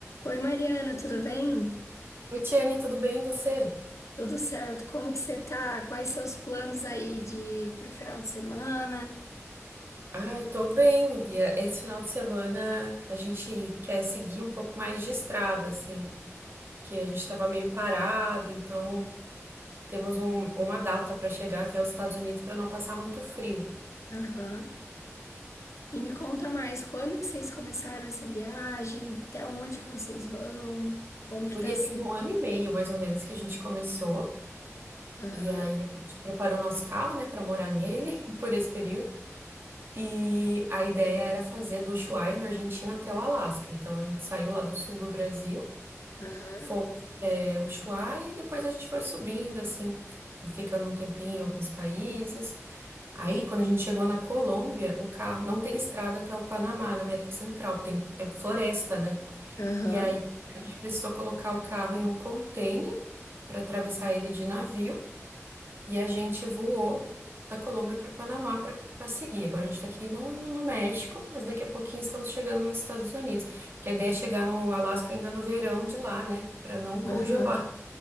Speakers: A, on the left; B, on the right.
A: Oi, Mariana, tudo bem?
B: Oi, Tiane, tudo bem? E você?
A: Tudo certo? Como que você tá? Quais seus planos aí de pro final de semana?
B: Ai, tô bem, guria. Esse final de semana a gente quer seguir um pouco mais de estrada, assim, que a gente tava meio parado, então temos um- uma data para chegar até os Estados Unidos para não passar muito frio.
A: Aham. E me conta mais, quando que vocês começaram essa viagem? Até onde que vocês vão? Como que
B: Guria,
A: tá sendo?
B: tem um ano e meio, mais ou menos, que a gente começou,
A: Aham,
B: e aí a gente preparou nosso carro, né, para morar nele <laughs> por esse período. E a ideia era fazer do Ushuaia, na Argentina, até o Alasca. Então a gente saiu lá do sul do Brasil.
A: aham,
B: Fomos é, Ushuaia e depois a gente foi subindo, assim, ficando um tempinho em alguns países. Aí, quando a gente chegou na Colômbia, o carro não tem estrada até o Panamá, na América Central, porque tem é floresta, né?
A: aham,
B: E aí a gente precisou colocar o carro em um container para atravessar ele de navio e a gente voou da Colômbia para o Panamá para para seguir. Agora a gente está aqui no, no México, mas daqui a pouquinho estamos chegando nos Estados Unidos. Porque a ideia é chegar no Alasca ainda no verão de lá, né? Para não congelar.
A: aham.